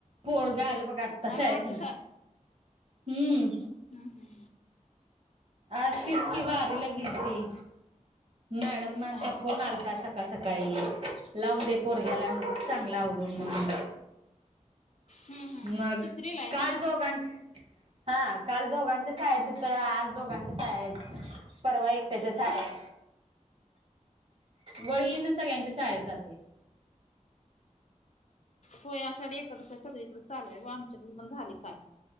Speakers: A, on the right; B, on the left.
A: पोरग आलं बघा तसं
B: मला
A: आहेस
B: वाटतं
A: हम
B: हम, हम
A: आज तिचं की वारीला गेलती मॅडम मान
B: हा
A: चा
B: हा
A: फोन
B: हा
A: आलता स सकाळी लावून दे पोरग्याला चांगला आवरून म्हणून
B: हम्म हम्म
A: मग
B: हम्म तिसरीला आहे
A: काल
B: ना
A: दोघांच हा काल दोघांच शाळेत हुती तर आज दोघांच्या शाळेत परवा एकट्याच्या शाळेत वळीन सगळ्याच्या शाळेत जातय
B: होय आषाढी एकादस सळीकडें चालूय व आमच्यातली पण झालय काल